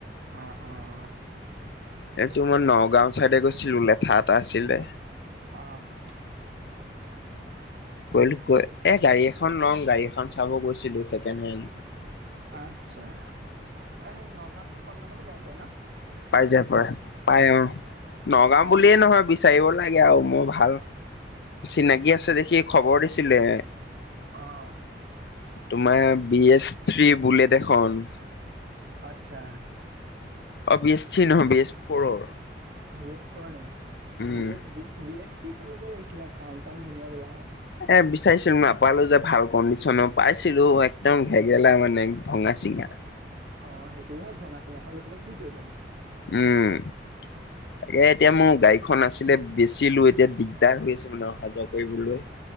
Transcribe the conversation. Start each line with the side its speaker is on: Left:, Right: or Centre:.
Right: অ', অ', অ'।
Left: এইটো মই নগাঁও ছাইডে গৈছিলোঁ, লেঠা এটা আছিলে।
Right: অ'।
Left: গ'লো গৈ, এ গাড়ী এখন ল'ম, গাড়ী এখন চাব গৈছিলোঁ, ছেকেণ্ড হেণ্ড।
Right: আচ্ছা, সেই নগাঁও ফালে কম দামতে গাড়ী পায় ন'।
Left: পাই যায়, পাই অ' নগাওঁ
Right: অ',
Left: বুলিয়ে নহয়, বিচাৰিব লাগে আৰু মই ভাল চিনাকি আছে দেখি খবৰ দিছিলে।
Right: অ'।
Left: তোমাৰ, বি এছ থ্ৰী বুলেট এখন।
Right: আচ্ছা।
Left: অ' বি এছ থ্ৰী নহয় বি এছ ফ'ৰৰ।
Right: বি এছ ফ'ৰৰ নেকি,
Left: উম
Right: B S B B S three ল'ব লাগিছিলে চাউন্ড টাউনড ধুনীয়া পালা হয়।
Left: এ, বিচাৰিছিলোঁ মই নাপালো যে ভাল কণ্ডিচনৰ পাইছিলোঁ একদম ঘেগেলা মানে, ভঙা চিঙা।
Right: অ', সেইটোওঁ হয় ভঙা চিঙাখন লৈ পেলাই কি কৰিবা তুমি।
Left: উম, তাকে এতিয়া মোৰ গাড়ীখন আছিলে বেচিলো, এতিয়া দিগদাৰ হৈ আছে। মই অহা যোৱা কৰিবলৈ।